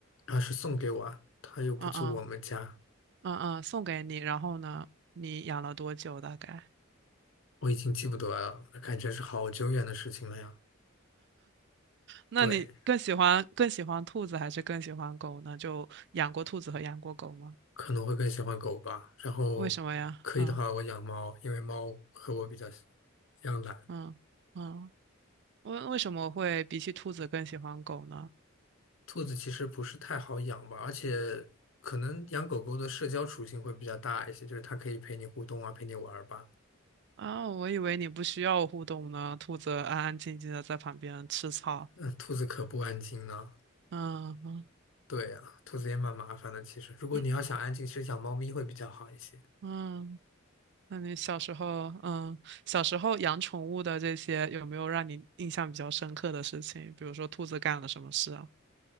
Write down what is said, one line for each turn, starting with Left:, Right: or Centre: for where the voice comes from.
Left: 然后是送给我啊，她又不住我们家。
Right: 嗯嗯嗯嗯，送给你。然后呢，你养了多久大概？
Left: 我已经记不得了，那感觉是好久远的事情了呀。
Right: 那你更喜欢更喜欢兔子还是更喜欢狗呢？
Left: 对，
Right: 就养过兔子和养过狗吗？
Left: 可能会更喜欢狗吧。然后可以的话，
Right: 为什么呀？嗯
Left: 我养猫，因为猫和我比较像一样懒。
Right: 嗯嗯，为为什么会比起兔子更喜欢狗呢？
Left: 兔子其实不是太好养吧，而且可能养狗狗的社交属性会比较大一些，就是它可以陪你互动啊，陪你玩儿吧。
Right: 啊，我以为你不需要互动呢，兔子安安静静的在旁边吃草。
Left: 那兔子可不安静呢。
Right: 嗯嗯
Left: 对呀，兔子也蛮麻烦的。其实，如果你要想安静，
Right: 嗯，
Left: 其实养猫咪会比较好一些。
Right: 嗯，那你小时候，嗯，小时候养宠物的这些，有没有让你印象比较深刻的事情？比如说兔子干了什么事啊？